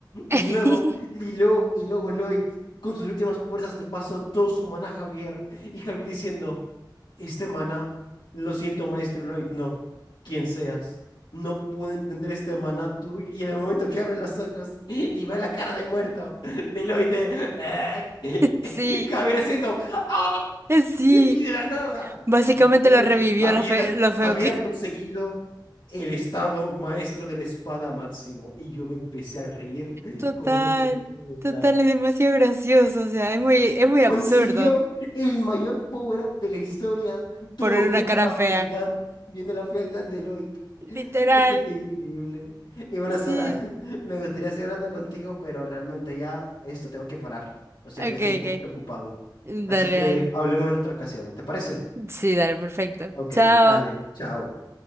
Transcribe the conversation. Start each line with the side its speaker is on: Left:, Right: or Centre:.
Right: <laughs>
Left: Y luego, y luego, y luego Lloyd, con sus últimas fuerzas, le pasó todo su maná a Javier. Y Javier diciendo, este maná, lo siento, maestro Lloyd, no, quien seas. No puedo entender este maná tú. Y en el momento que abre los ojos y ve la cara de muerto de Lloyd, de, "Ah". <laughs>
Right: Sí,
Left: Javier haciendo, "Ah".
Right: eh, sí,
Left: <laughs> Y de la nada.
Right: básicamente
Left: Y
Right: lo
Left: luego,
Right: revivió
Left: Javier,
Right: lo fe- lo feo
Left: Javier
Right: que
Left: ha conseguido el estado maestro de la espada máximo. Y yo me empecé a reír
Right: Total,
Left: como una enfermedad mental.
Right: total, es demasiado gracioso, o sea, es muy, es muy
Left: Consiguió
Right: absurdo
Left: el mayor power-up de la historia, todo
Right: poner
Left: viendo
Right: una cara
Left: la
Right: fea.
Left: fealdad, viendo la fealdad de Lloyd.
Right: Literal,
Left: Es que esto es increíble. Y bueno,
Right: sí.
Left: Sara, <laughs> me gustaría seguir hablando contigo, pero realmente ya esto tengo que parar. O sea,
Right: Ok,
Left: voy a estar
Right: ok.
Left: un poquito ocupado.
Right: Dale,
Left: Así que
Right: dale.
Left: hablemos en otra ocasión. ¿Te parece?
Right: Sí, dale, perfecto.
Left: Ok,
Right: Chao.
Left: vale, chao.